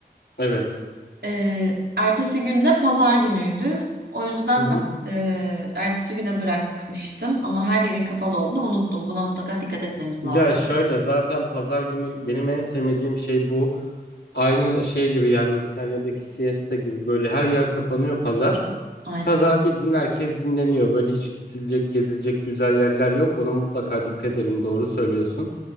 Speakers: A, on the left; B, on the right.
A: Evet.
B: Ee, ertesi gün de pazar günüydü. O yüzden
A: hı. hı.
B: ben e, ertesi güne bırakmıştım ama her yerin kapalı olduğunu unuttum. Buna mutlaka dikkat etmemiz lazım.
A: Ya şöyle zaten pazar günü benim en sevmediğim şey bu. Aynı şey gibi yani İtalya'daki siesta gibi böyle her yer kapanıyor pazar.
B: Aynen,
A: Pazar bildiğin herkes dinleniyor. Böyle hiç gidilecek, gezilecek güzel yerler yok. Ona mutlaka dikkat edelim. Doğru söylüyorsun.